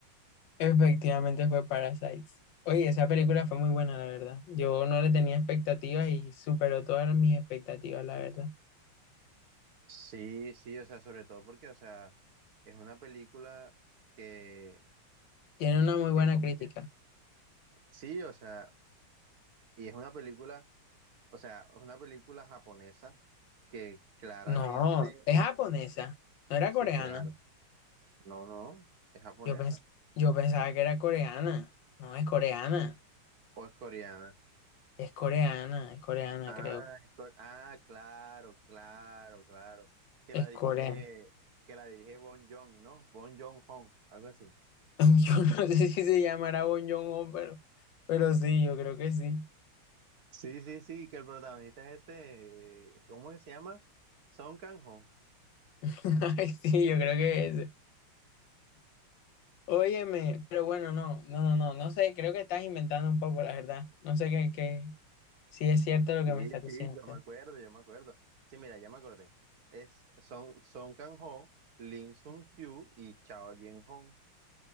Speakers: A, on the left; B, on the right.
A: Efectivamente fue Parasites. Oye, esa película fue muy buena, la verdad. Yo no le tenía expectativas y superó todas mis expectativas, la verdad.
B: Sí, sí, o sea, sobre todo porque, o sea, es una película que,
A: Tiene una muy buena
B: que como
A: crítica.
B: que, sí, o sea, y es una película O sea, es una película japonesa que claramente,
A: No, es japonesa, no era
B: sí,
A: coreana.
B: claro, no, no, es japonesa
A: Yo pens- yo pensaba que era coreana. No, es coreana.
B: o es coreana.
A: Es coreana, es coreana,
B: Ah,
A: creo.
B: es core- ah, claro, claro, claro. Que
A: Es
B: la dirige,
A: coreana.
B: que la dirige Bon Joon, ¿no? Bon Joon-ho, algo así.
A: <laughs> Yo no sé si se llamará Bong Joon-ho, pero, pero sí, yo creo que sí.
B: Sí, sí, sí, que el protagonista es este, eh, ¿cómo que se llama? Son Kang-ho.
A: <laughs> Ay, sí, yo creo que es. Óyeme, pero bueno, no, no, no, no, no sé, creo que estás inventando un poco, la verdad. No sé qué, qué, si es cierto lo que
B: Sí,
A: me estás diciendo.
B: sí, yo me acuerdo, yo me acuerdo. Sí, mira, ya me acordé. Es Son, Son Kang-ho, Lim Sun Kyu y Chao Yen-ho.